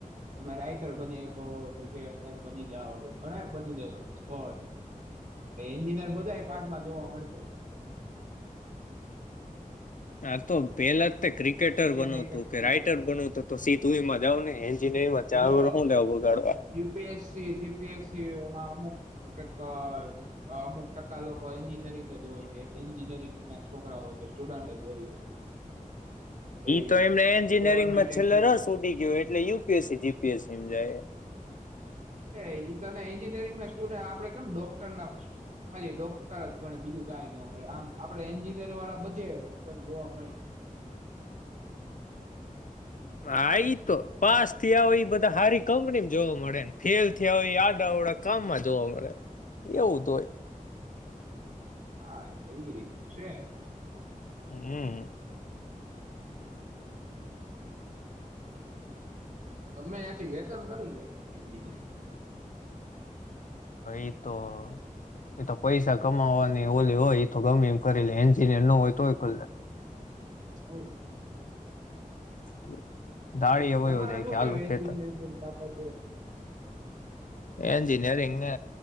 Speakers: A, on the right; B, on the left.
A: તમે રાઈટર બનીકો ક્રિકેટર બની જા ઘણા બનીકો એન્જિનિયર બધા પાર્ટમાં જોવા મળશે તમે
B: આ તો પેલા તે ક્રિકેટર બનવ
A: મેકેનિકમાં
B: હતું કે રાઈટર બનવ હતું તો સીધમાં જાવ ને એન્જનમાં ચારર
A: જો
B: હું લઉ બગાડવા
A: યુપીએસસી જીપીએસસી એમાં અમુક કઈક અમુક ટકા લોકો એન્જિનિયરિંગ જ હોય છે એન્જિનિયરિંગ ના છોકરાઓ એટલે સ્ટુડન્ટ જ હોય છે એવી
B: તો એમને એન્જિનિયરિંગ
A: ગવર્મેન્ટ
B: માં છેલ્લેર
A: એક્ઝામ
B: ઉડી ગયો એટલે યુપીએસસી જીપીએસમ જાય
A: એ એ તને એન્જિનિયરિંગ ના સ્ટુડ આપડે કેમ ડોક્ટર ના ખાલી ડોક્ટર જ ભણે બીજું કઈ ન મળે આમ આપે એન્જિનિયર વાળા બધે ત જોવા મળે
B: આ એ તો પાસ થયા હોય બધા સારી કંપનીમાં જોવા મળે ફેલ થયા હોય આડા ઓડા કામમાં જોવા મળે એવું તો હોય
A: હા એટલે એ રીતનું છે
B: હમ
A: <inaudible> તમે એ્યાંથી વેતન કરી લે એન્જિનિયરિંગ
B: એ તો એ તો પૈસા કમાવાની ઓલી હોય એ તો ગમે એ કરી લે એન્જિનિયર ન હોય તોય કરી લે
A: <inaudible>
B: <inaudible> એ
A: તમારે
B: વયો જાય
A: શું
B: કે
A: કેવય
B: હાલો
A: એન્જિનિયરિંગ
B: ખેતર
A: બાબત હ
B: એન્જિનિયરિંગ ને